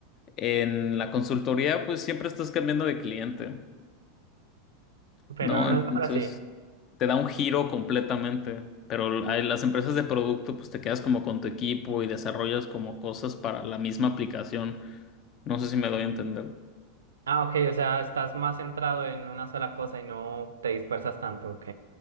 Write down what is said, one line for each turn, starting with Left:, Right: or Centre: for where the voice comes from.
Left: en la consultoría, pues siempre estás cambiando de cliente,
Right: Pero
Left: ¿no?
Right: no
Left: Entonces
Right: es mejor así.
Left: te da un giro completamente. Pero a las empresas de producto, pues te quedas como con tu equipo y desarrollas como cosas para la misma aplicación. No sé si me doy a entender.
Right: Ah, ok, o sea, estás más centrado en una sola cosa y no te dispersas tanto, ok.